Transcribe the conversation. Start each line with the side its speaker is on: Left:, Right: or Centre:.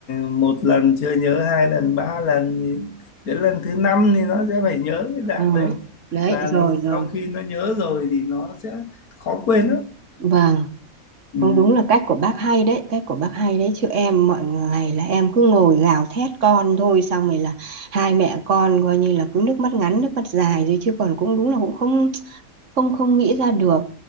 Left: một lần chưa nhớ hai lần ba lần thì đến lần thứ năm thì nó sẽ phải nhớ cái dạng
Right: Ờ,
Left: đấy
Right: đấy
Left: và
Right: rồi rồi
Left: sau khi nó nhớ rồi thì nó sẽ khó quên lắm
Right: vâng
Left: ừ.
Right: Không đúng là cách của bác hay đấy, cách của bác hay đấy chứ em mọi ngày là em cứ ngồi gào thét con thôi xong rồi là hai mẹ con coi như là cứ nước mắt ngắn nước mắt dài rồi chứ còn cũng đúng là cũng không không không nghĩ ra được.